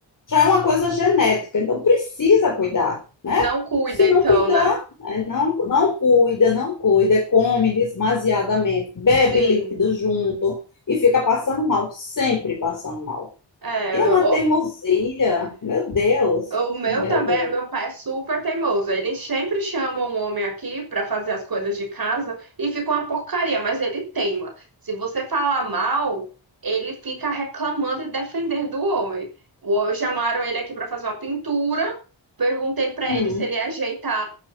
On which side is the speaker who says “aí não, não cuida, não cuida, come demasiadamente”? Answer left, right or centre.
Left